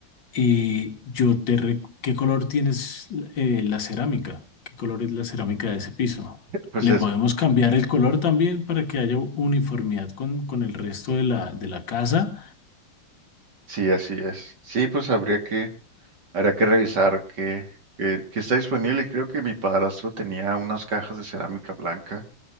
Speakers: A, on the left; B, on the right.
A: y yo te re- ¿Qué color tienes eh, la cerámica? ¿Qué color es la cerámica de ese piso?
B: pues
A: Le
B: es,
A: podemos cambiar el color también para que haya uniformidad con, con el resto de la, de la casa.
B: sí, así es. Sí, pues habría que, habría que revisar que, que, que está disponible. Creo que mi padrastro tenía unas cajas de cerámica blanca